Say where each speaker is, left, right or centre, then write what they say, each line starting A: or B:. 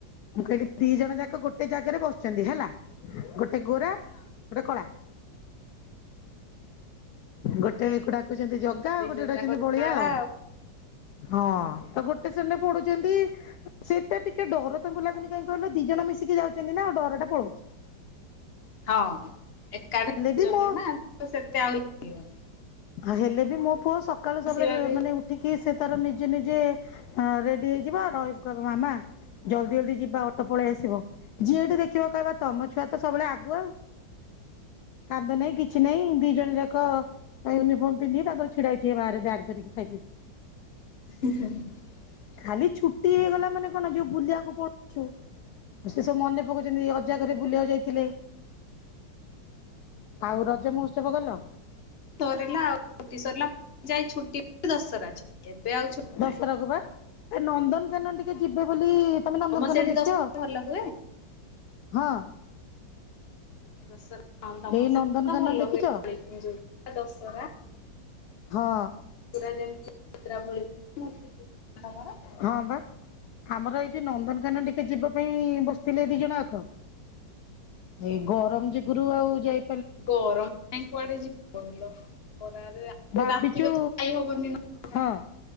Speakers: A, on the left; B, on the left.
A: ମୁଁ କହିଲି ଦି ଜଣ ଯାକ ଗୋଟେ ଜାଗାରେ ବସୁଛନ୍ତି ହେଲା ଗୋ ଗୋଟେ ଗୋରା ଗୋଟେ
B: ହଁ
A: କଳା । ଗୋଟେ ତ ଏକୁ ଡା କୁଛନ୍ତି ଜଗା ଆଉ
B: ଦି
A: ଗୋଟେ
B: ଜଣ
A: ଗୋଟେ ଡାକୁଛନ୍ତି
B: ଯାକ
A: ବଳିଆ
B: ହେଲା
A: ଆଉ ହଁ ତ ଗୋଟେ ଶ୍ରେ ପଢୁଛନ୍ତି ସେଟା ଟିକେ ଡର। ତାଙ୍କୁ ଲାଗୁନି କାହିଁକି କହିଲ ଦି ଜଣ ମିଶିକି ଯାଉଛନ୍ତି ନା ଆଉ ଡରଟା ପଳଉଛି ।
B: ହଁ ଏକାଠ
A: ବି
B: ଜାଉଛନ୍ତି
A: ମୋ
B: ନା ତ ସେତେ ଆଉ ଲାଗିବନି ।
A: ହେଲେ ବି ମୋ ପୁଅ ସକାଳୁ ସବୁବେଳେ
B: ଆସିବା ବି
A: ମାନେ ଉଠିକି କି ସେ ତାର ନିଜେ ନିଜେ ରେଡି ହେଇଯିବ ରହିବୁ କହିବ ମାମା ଜଲଦି ଜଲଦି ଯିବା ଅଟୋ ପଳେଇ ଆସିବ ଯିଏଠି ଦେଖିବ କହିବା ତମ ଛୁଆ ତ ସବୁବେଳେ ଆଗୁଆ କାନ୍ଦ ନାଇଁ କିଛି ନାଇଁ ଦି ଜଣ ଯାକ । ୟୁନିଫର୍ମ ପିନ୍ଧିକି ତାଙ୍କର ଛିଡା ହେଇଥିବ ବାହାରେ ବ୍ୟାଗ୍ ଧରିକି ଖାଇପିଇକି ।
B: <unintelligible>
A: ଖାଲି ଛୁଟି ହେଇଗଲା ମାନେ କଣ ଯୋଉ ବୁଲିବାକୁ ପଳଉଛୁ ସେ ସବୁ ମନେ ପକଉଛନ୍ତି ଅଜା ଘରେ ବୁଲିବାକୁ ଯାଇଥିଲେ ଆଉ ରଜ ମହୋ ହୋତ୍ସବ ଗଲ ।
B: ରିଲା ଆଉ ଛୁଟି ସରିଲା ଯାଇ ଛୁଟି ଦଶରା । ଆଚ୍ଛା ଏବେ ଆଉ ଛୁଟି
A: ଦଶହରା
B: ନାହିଁ
A: କୁ ବା ଏ ନନ୍ଦନ କାନନ ଟିକେ
B: ପୁଣି
A: ଯିବ
B: ଦଶହରା।
A: ବୋଲି ତମେ ନନ୍ଦନକାନନ
B: ତମ ସେଠି
A: ଦେଖିଛ
B: ଦଶହରା ଭଲ ହୁଏ
A: ହଁ।
B: ଦଶହରା ହଁ ତମ
A: ଏଇ
B: ସେଠି
A: ନନ୍ଦନକାନନ
B: ତ ଭଲ
A: ଦେଖିଛ?
B: ହୁଏ ଯୋଉ ଦଶହରା।
A: ହଁ।
B: ପୁରା ଯେମିତି ଯାତ୍ରା ଭଳି ମୂର୍ତ୍ତି ପୂଜା ତମର
A: ହଁ ବା ଆମର ଏଇଠି ନନ୍ଦନକାନ ଟିକେ ଯିବ ହେଇ ବସିଥିଲେ ଦି ଜଣ ଜାକ ଏ ଗରମ ଯୁଗୁରୁ ଆଉ ଯାଇ
B: ଗରମ ପାଇଁ କୁଆଡେ ଯିବ କହିଲ ଖରାରେ
A: ଭାବିଛୁ
B: ରାତିରେ ତ ଯାଇ ହବନି ନନ୍ଦନ
A: ହଁ